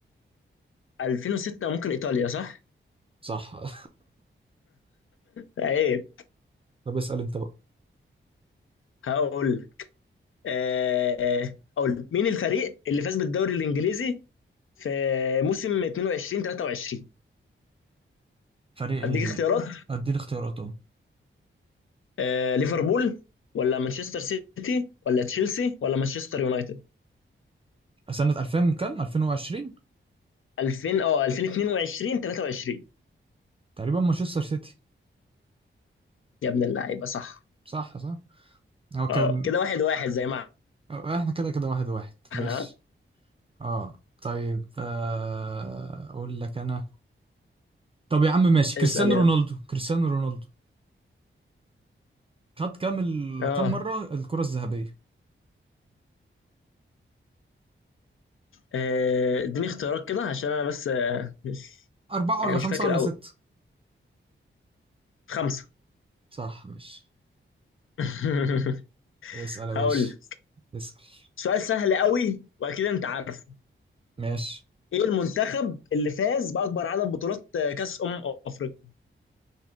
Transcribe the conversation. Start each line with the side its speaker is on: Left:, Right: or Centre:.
Left: 2006 ممكن ايطاليا صح؟
Right: صح
Left: عيب
Right: <laughs> طب اسأل انت بقى
Left: هقول لك. آه آه، اقول لك. مين الفريق اللي فاز بالدوري الانجليزي في موسم 22 23
Right: فريق ال
Left: اديك اختيارات
Right: ادي الاختيارات اهو
Left: آه ليفربول ولا مانشستر سيتي ولا تشيلسي ولا مانشستر يونايتد
Right: سنة 2000 كام 2020
Left: 2000 اه 2022 23
Right: تقريبا مانشستر سيتي
Left: يا ابن اللعيبه صح
Right: صح صح هو كان
Left: اه كده واحد واحد زي ما
Right: آه، احنا كده كده واحد واحد
Left: احنا
Right: ماشي
Left: ها؟
Right: اه طيب آه، اقول لك انا طب يا عم ماشي كريستيانو
Left: اسال يلا
Right: رونالدو كريستيانو رونالدو خد كام ال...
Left: اه
Right: كام مرة الكرة الذهبية
Left: آه، اديني اختيارات كده عشان انا بس آه، مش
Right: أربعة
Left: يعني
Right: ولا
Left: مش
Right: خمسة
Left: فاكر
Right: ولا
Left: قوي
Right: ستة
Left: خمسة
Right: صح ماشي
Left: <laughs>
Right: اسأل يا باشا
Left: هقول
Right: اسأل
Left: سؤال سهل قوي واكيد انت عارفه
Right: ماشي
Left: ايه المنتخب اللي فاز باكبر عدد بطولات آه، كاس امم افريقيا